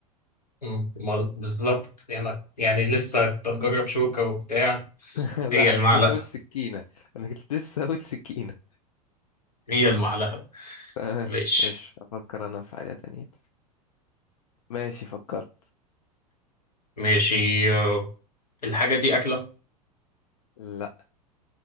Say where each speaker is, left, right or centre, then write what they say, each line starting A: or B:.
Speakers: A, on the left; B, on the left.
A: مم، ما- بالظبط يعني يعني لسه كنت أتجرب شوكة وبتاع
B: <laughs>
A: هي
B: لا انا
A: المعلقة
B: كنت لسه اقول سكينة انا كنت لسه اقول سكينة
A: هي المعلقة
B: تمام
A: ماشي
B: ماشي افكر انا في حاجة تانية ماشي فكرت
A: ماشي آه، الحاجة دي أكلة
B: لا